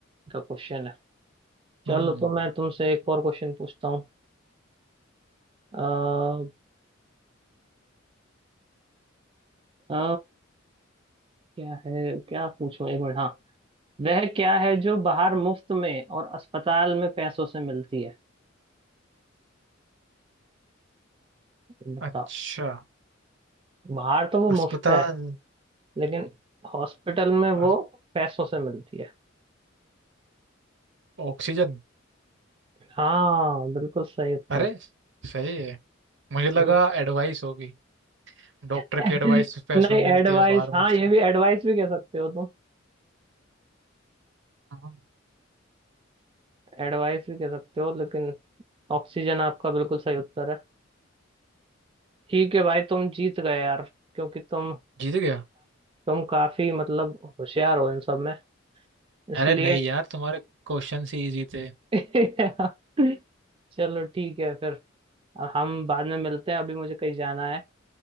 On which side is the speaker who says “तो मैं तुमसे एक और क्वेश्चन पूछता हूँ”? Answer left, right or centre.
Right